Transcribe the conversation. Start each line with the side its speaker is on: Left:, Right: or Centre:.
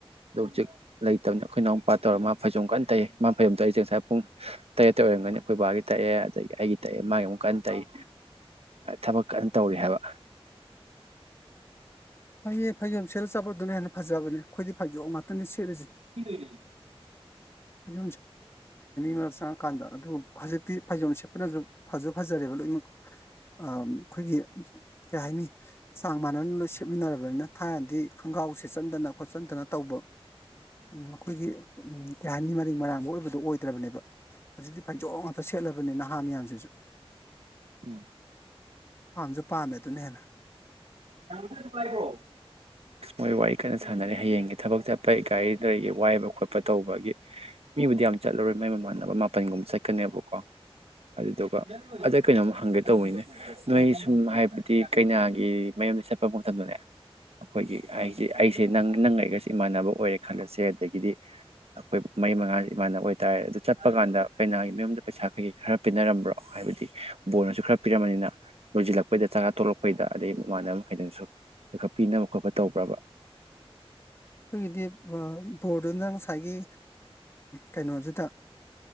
Right: ꯑꯗꯨ ꯍꯧꯖꯤꯛ ꯂꯩꯇꯕꯅ ꯑꯩꯈꯣꯏꯅꯎꯄꯥꯥ ꯇꯧꯔꯒ ꯃꯥ ꯐꯩꯖꯣꯝ ꯀꯟꯅ ꯇꯩꯌꯦ ꯃꯥ ꯐꯖꯣꯝ ꯇꯩꯏꯁꯦ ꯉꯁꯥꯏ ꯄꯨꯡ ꯇꯔꯦꯠꯇ ꯑꯣꯏꯔꯝꯒꯅꯤ ꯑꯩꯈꯣꯏ ꯕꯥꯒꯤ ꯇꯛꯑꯦ ꯑꯗꯒꯤ ꯑꯩꯒꯤ ꯇꯛꯑꯦ ꯃꯥꯒꯤ ꯑꯃꯨꯛ ꯀꯟꯅ ꯇꯛꯏ ꯊꯕꯛ ꯀꯟꯅ ꯇꯧꯔꯤ ꯍꯥꯏꯕ
Left: ꯑꯩꯌꯦ ꯐꯩꯖꯣꯝ ꯁꯦꯠꯂ ꯆꯠꯄꯗꯨꯅ ꯍꯦꯟꯅ ꯐꯖꯕꯅꯦ ꯑꯩꯈꯣꯏꯗꯤ ꯐꯩꯖꯣꯝ ꯉꯥꯛꯇꯅꯦ ꯁꯦꯠꯂꯤꯁꯤ
Right: <unintelligible>
Left: <unintelligible> ꯃꯤ ꯃꯔꯛ ꯆꯪꯉꯀꯥꯟꯗ ꯑꯗꯨꯕꯨ ꯍꯧꯖꯤꯛ ꯐꯩꯖꯣꯝ ꯁꯦꯠꯄꯅꯁꯨ ꯐꯖ ꯐꯖꯔꯦꯕ ꯂꯣꯏꯅꯃꯛ ꯑꯩꯈꯣꯏꯒꯤ ꯀꯩ ꯍꯥꯏꯅꯤ ꯆꯥꯡ ꯃꯥꯟꯅꯅ ꯂꯣꯏ ꯁꯦꯠꯃꯤꯟꯅꯔꯕꯅꯤꯅ ꯊꯥꯏꯅꯗꯤ ꯈꯣꯡꯒ꯭ꯔꯥꯎ ꯁꯦꯠꯆꯟꯗꯅ ꯈꯣꯠꯆꯟꯗꯅ ꯇꯧꯕ ꯃꯈꯣꯏꯒꯤ ꯍꯅꯤ ꯃꯔꯤꯛ ꯃꯔꯥꯡꯕ ꯑꯣꯏꯕꯗꯣ ꯑꯣꯏꯗ꯭ꯔꯕꯅꯦꯕ ꯍꯧꯖꯤꯛꯇꯤ ꯐꯩꯖꯣꯝ ꯑꯇ ꯁꯦꯠꯂꯕꯅꯤ ꯅꯍꯥ ꯃꯌꯥꯝꯁꯤꯁꯨ
Right: <unintelligible>
Left: ꯄꯥꯝꯁꯨ ꯄꯥꯝꯃꯦ ꯑꯗꯨꯅ ꯍꯦꯟꯅ
Right: ꯑꯁ ꯃꯣꯏ ꯋꯥꯔꯤ ꯀꯟꯅ ꯁꯥꯟꯅꯔꯦ ꯍꯌꯦꯡꯒꯤ ꯊꯕꯛ ꯆꯠꯄꯒꯤ ꯒꯥꯔꯤꯗꯒꯤ ꯋꯥꯏꯕ ꯈꯣꯠꯄ ꯇꯧꯕꯒꯤ ꯃꯤꯕꯨꯗꯤ ꯌꯥꯝ ꯆꯠꯂꯨꯔꯣꯏ ꯃꯩ ꯃꯃꯥꯟꯅꯕ ꯃꯥꯄꯜꯒꯨꯝꯕ ꯆꯠꯀꯅꯦꯕꯀꯣ ꯑꯗꯨꯗꯨꯒ ꯑꯗ ꯀꯩꯅꯣꯝ ꯍꯪꯒꯦ ꯇꯧꯕꯋꯤꯅꯦ ꯅꯣꯏ ꯁꯨꯝ ꯍꯥꯏꯕꯗꯤ ꯀꯩꯅꯥꯒꯤ ꯃꯌꯨꯝꯗ ꯆꯠꯄ ꯃꯇꯝꯗꯅꯦ ꯑꯩꯈꯣꯏꯒꯤ ꯑꯩꯁꯦ ꯑꯩꯁꯦ ꯅꯪ ꯅꯪꯒ ꯑꯩꯒꯁꯦ ꯏꯃꯥꯟꯅꯕ ꯑꯣꯏꯔꯦ ꯈꯜꯂꯁꯦ ꯑꯗꯒꯤꯗꯤ ꯑꯩꯈꯣꯏ ꯃꯔꯤ ꯃꯉꯥꯁꯦ ꯏꯃꯥꯟꯅꯕ ꯑꯣꯏꯇꯥꯔꯦ ꯑꯗꯨ ꯆꯠꯄ ꯀꯥꯟꯗ ꯑꯩꯈꯣꯏꯩꯅ ꯃꯌꯨꯝꯗ ꯄꯩꯁꯥ ꯀꯩꯀꯩ ꯈꯔ ꯄꯤꯅꯔꯝꯕ꯭ꯔꯣ ꯍꯥꯏꯕꯗꯤ ꯕꯣꯟꯅꯁꯨ ꯈꯔ ꯄꯤꯔꯃꯅꯤꯅ ꯂꯣꯏꯁꯤꯜꯂꯛꯄꯩꯗ ꯆꯥꯔꯥ ꯇꯣꯛꯂꯛꯄꯩꯗ ꯑꯗꯩ ꯃꯃꯥꯟꯅꯕ ꯃꯈꯩꯗꯪꯁꯨ ꯈꯔ ꯄꯤꯅꯕ ꯈꯣꯠꯄ ꯇꯧꯕ꯭ꯔꯕ
Left: ꯑꯩꯈꯣꯏꯒꯤꯗꯤ ꯕꯣꯔꯗꯨꯅ ꯉꯁꯥꯏꯒꯤ ꯀꯩꯅꯣꯗꯨꯗ